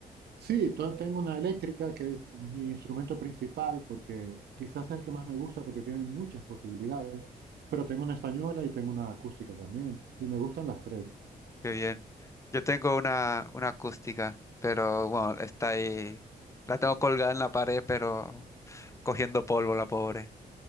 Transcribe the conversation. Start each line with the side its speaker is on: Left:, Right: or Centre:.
Right: Sí, to- tengo una eléctrica que es mi instrumento principal porque quizás es el que más me gusta porque tiene muchas posibilidades, pero tengo una española y tengo una acústica también y me gustan las tres.
Left: Qué bien. Yo tengo una, una acústica, pero bueno, está ahí. La tengo colgada en la pared, pero cogiendo polvo, la pobre.